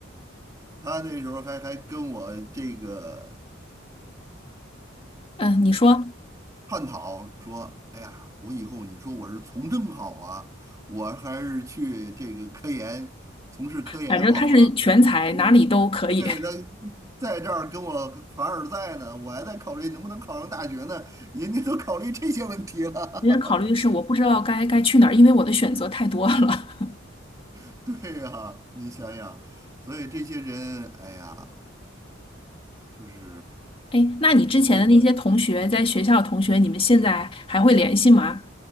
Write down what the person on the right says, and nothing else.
他那时候还还跟我这个。
探讨说，哎呀，我以后你说我是从政好啊，我还是去这个科研，从事科研好啊？
我
对，
他在这儿跟我凡尔赛呢，我还在考虑能不能考上大学呢，人家都考虑这些问题了。
<laughs> 对呀，你想想，所以这些人，哎呀，就是
我我。